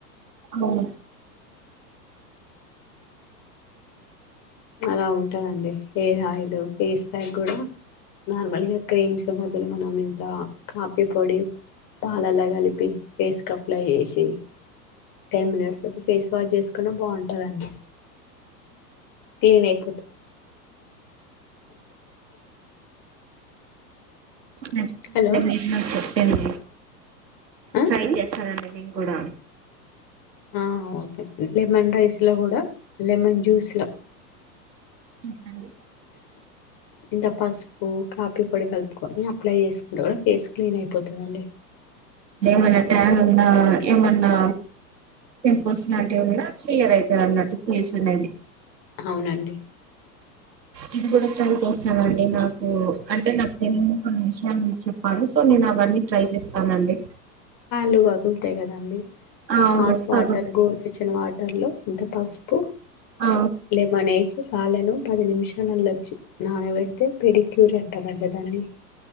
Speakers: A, on the right (about 80°); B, on the left (about 40°).
A: హ్మ్
B: అలా ఉంటదండి హెయిర్ ఆయిల్ ఫేస్ ప్యాక్ కూడా నార్మల్ గా క్రీమ్స్ బదులు మనం ఇంత కాఫీ పొడి పాలల్లో కలి పి ఫేస్ కి అప్లై చేసి టెన్ మినిట్స్ తవాత ఫేస్ వాష్ చేసుకున్నా బాగుంటదండి టీన్ అయిపోతు
A: నచ్చిందండి
B: హలో
A: మీరు నాకు చెప్పేది
B: ఆ
A: ట్రై చేస్తానండి నేను కూడా
B: ఆ ఓకే లెమన్ రైస్ లో కూడా లెమన్ జ్యూస్ లో
A: ఏంటండీ
B: ఇంత పసుపు కాపీ పొడి కలుపుకొని అప్లై చేసుకుంటే కూడా ఫేస్ క్లీన్ అయిపోతుందండి
A: ఏమన్నా ట్యాన్ ఉన్నా ఏమన్నా టెంపుల్స్ లాంటివిన్నా క్లియర్ అవుతది అన్నట్టు చేస్తుందండి
B: అవునండి
A: ఇది కూడా ట్రై చేస్తాను అండి నాకు అంటే నాకు తెలియని కొన్ని విషయాలు చెప్పాను సో నేను అబట్ ట్రై చేస్తానండి
B: కాలు పగులుతాయి కదండీ
A: అవును
B: హాట్ వాటర్
A: పగుతు
B: గోరువెచ్చిన వాటర్లు ఇంత పసుపు
A: ఆ
B: లెమన్ ఏసీ కాలను పది నిమిషాలలో వచ్చి నాన పెడితే పెడి క్యూర్ అంటారండి దాన్ని